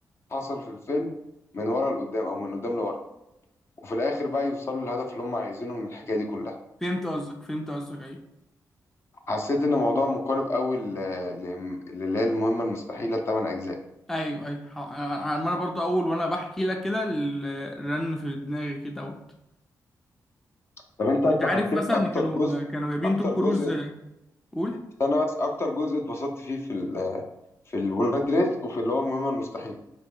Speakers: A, on the left (about 40°); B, in the centre.
A: حصل في الفيلم من ورا لقدام او من قدام لورا وفي الاخر بقى يوصلوا للهدف اللي هم عايزينه من الحكايه دي كلها
B: فهمت قصدك فهمت قصدك ايوه
A: حسيت ان الموضوع مقارب قوي للي هي المهمه المستحيله الثمان اجزاء
B: ايوه ايوه ح- انا أنا برضو اول وانا بحكي لك كده ال- الرن في دماغي كده دوت
A: طب انت
B: طب
A: انت
B: انت عارف
A: حسيت
B: مثلا
A: اكتر
B: إن كانوا
A: جزء
B: كانوا جايبين
A: اكتر
B: توم كروز
A: جزء
B: آه، قول
A: استنى بس اكتر جزء اتبسطت فيه في ال في الولاد رزق وفي اللي هو المهمه المستحيله